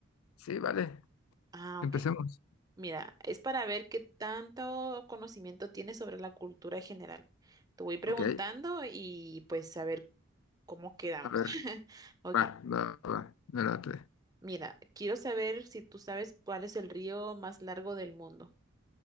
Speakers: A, on the left; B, on the right.
A: Sí, vale,
B: Ah,
A: empecemos.
B: ok. Mira, es para ver qué tanto conocimiento tienes sobre la cultura en general. Te voy preguntando
A: Ok,
B: y pues a ver cómo quedamos.
A: a ver,
B: <laughs> Ok.
A: va, va, va, me late.
B: Mira, quiero saber si tú sabes cuál es el río más largo del mundo,